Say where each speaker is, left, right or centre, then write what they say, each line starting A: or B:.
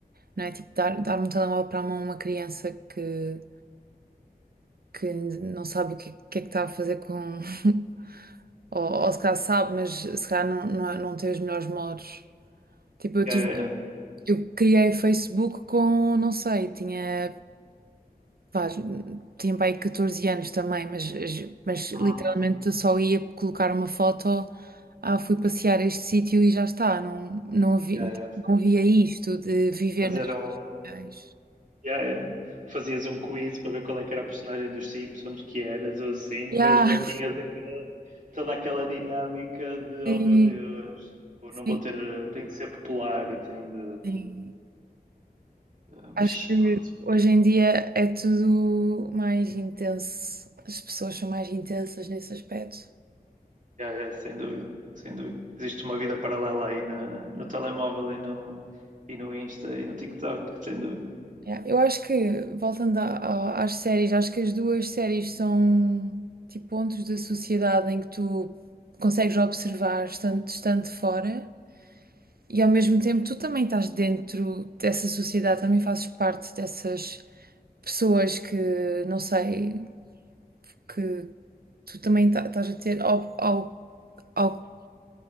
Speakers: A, on the right (about 70°); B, on the right (about 50°).
A: não é? Tipo, dar, dar um telemóvel para a mão a uma criança que, que não sabe o que, que é que está a fazer com. <laughs> Ou, ou se calhar sabe, mas se calhar não, não, é, não tem os melhores modos. Tipo, eu
B: Yeah,
A: tive,
B: yeah, yeah.
A: eu criei Facebook com, não sei, tinha Pá, tinha para aí 14 anos também, mas, mas literalmente
B: Uhum.
A: eu só ia colocar uma foto, ah, fui passear a este sítio e já está, não, não, vi,
B: Yeah, yeah.
A: não via isto de viver
B: Fazer
A: nas
B: um.
A: reais.
B: Yeah, yeah. Fazias um quiz para ver qual é que era a personagem dos Simpsons que eras ou assim,
A: Yeah,
B: mas não tinhas aqu- toda aquela dinâmica de oh
A: sim,
B: meu Deus, eu
A: sim,
B: não vou ter, tem de ser popular e tem de.
A: sim.
B: Ah, mas
A: Acho que
B: pronto.
A: hoje em dia é tudo mais intenso, as pessoas são mais intensas nesse aspecto.
B: Yeah, yeah, sem dúvida, sem dúvida. Existe uma vida paralela aí na, no telemóvel e no, e no Insta e no TikTok, sem dúvida.
A: Yeah, Eu acho que, voltando a- a- às séries, acho que as duas séries são tipo pontos da sociedade em que tu consegues observar estando, estando de fora e ao mesmo tempo tu também estás dentro dessa sociedade, também fazes parte dessas pessoas que, não sei, que tu também ta- estás a ter ao, ao, ao